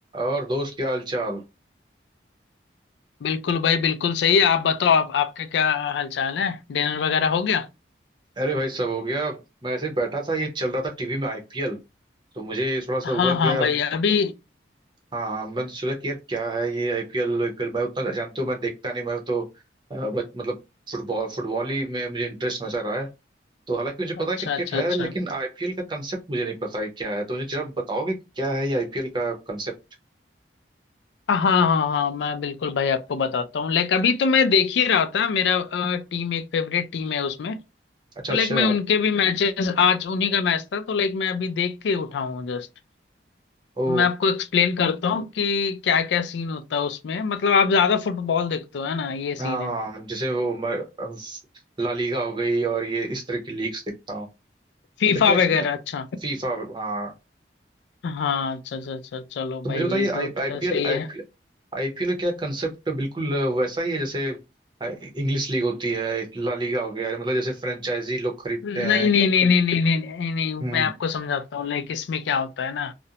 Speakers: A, on the right (about 25°); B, on the left (about 75°).
A: और दोस्त क्या हाल चाल
B: बिल्कुल भाई बिल्कुल सही आप बताओ आप आपके क्या हालचाल है डिनर वगैरह हो गया
A: अरे भाई सब हो गया मैं ऐसे ही बैठा था ये चल रहा था टीवी में आईपीएल तो मुझे थोड़ा सा
B: हाँ
A: हुआ
B: हाँ
A: कि यार
B: भाई अभी
A: हाँ हाँ, मैंने तो सोचा कि यार क्या है ये आईपीएल आईपीएल मैं उतना जानते हो मैं देखता नहीं मैं तो अ, बस मतलब फुटबॉल फुटबॉल ही में मुझे इंटरेस्ट हमेशा रहा है तो हालांकि मुझे पता
B: अच्छा
A: है क्रिकेट
B: अच्छा
A: है
B: अच्छा
A: लेकिन आईपीएल का कंसेप्ट मुझे नहीं पता है क्या है तो मुझे जरा बताओगे कि क्या है ये आईपीएल का कंसेप्ट
B: हाँ हाँ हाँ मैं बिल्कुल भाई आपको बताता हूँ लाइक अभी तो मैं देख ही रहा था मेरा टीम एक फेवरेट टीम है उसमें तो
A: अच्छा अच्छा
B: लाइक मैं उनके भी मैचेस आज उन्हीं का मैच था तो लाइक मैं अभी देख के उठा हूँ जस्ट
A: ओ
B: तो मैं आपको एक्सप्लेन करता हूँ कि क्या क्या सीन होता है उसमें मतलब आप ज्यादा फुटबॉल देखते हो है ना ये सीन
A: हाँ
B: है
A: जैसे वो मैं, अ, ला लीगा हो गई और ये इस तरह की लीग्स देखता
B: फीफा
A: तो क्या इसमें
B: वगैरह अच्छा
A: फीफा हाँ
B: हाँ अच्छा अच्छा अच्छा चलो
A: तो
B: भाई
A: मुझे बताइए
B: ये तो
A: आई
B: ट-
A: आईपीएल
B: सही
A: आईपीएल
B: है
A: का क्या कंसेप्ट तो बिल्कुल वैसा ही है जैसे इंग्लिश लीग होती है ला लीगा हो गया मतलब जैसे फ्रेंचाइजी लोग खरीदते
B: नहीं
A: हैं
B: नहीं नहीं नहीं नहीं नहीं नहीं नहीं
A: हम्म
B: मैं आपको समझाता हूँ लाइक इसमें क्या होता है ना